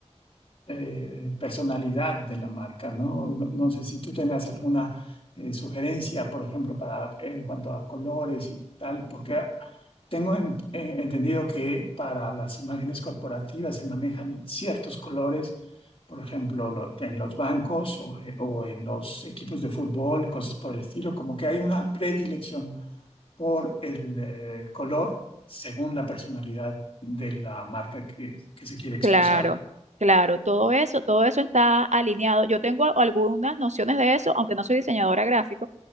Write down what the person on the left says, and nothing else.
eh, personalidad de la marca, ¿no? No, no sé si tú tengas alguna eh, sugerencia, por ejemplo, para, en cuanto a colores y tal, porque tengo en- eh, entendido que para las imágenes corporativas se manejan ciertos colores, por ejemplo, lo- en los bancos o, eh, o en los equipos de fútbol, cosas por el estilo, como que hay una predilección por el eh, color según la personalidad de la marca que, que se quiere expresar.